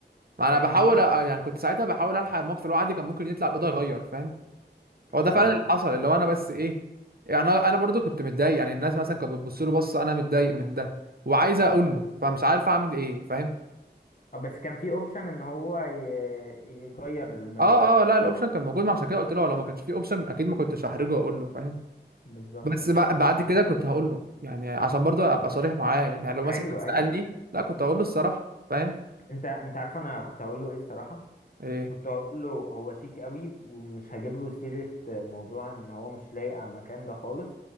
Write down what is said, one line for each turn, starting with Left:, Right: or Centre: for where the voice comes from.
Right: ما انا
Left: فاهم
Right: بحاول
Left: قصدي
Right: أ- آه، يعني كنت ساعتها بحاول الحق الموقف اللي هو عادي كان ممكن يطلع الاوضه يغير فاهم هو ده
Left: اه
Right: فعلا اللي حصل اللي هو انا بس ايه يعني انا أنا برضو كنت متضايق يعني الناس مثلا كانت بتبص له بصه انا متضايق من ده وعايز اقول له فمش عارف اعمل ايه فاهم
Left: آه، بس كان في اوبشن ان هو ي... يغير من
Right: اه
Left: الوضع
Right: اه لا الاوبشن كان موجود ما عشان كده قلت له لو ما كانش فيه اوبشن اكيد ما كنتش هحرجه واقول له فاهم
Left: بالظبط
Right: بس بع- بعد كده كنت هقول له يعني عشان برضو ابقى صريح معاه يعني لو مثلا
Left: ايوه
Right: كان سالني
Left: ايوه
Right: لا كنت هقول له الصراحه فاهم
Left: انت انت عارف انا كنت هقول له ايه الصراحه
Right: ايه
Left: كنت هقول له هو شيك قوي ومش هجيب له سيره موضوع ان هو مش لايق على المكان ده خالص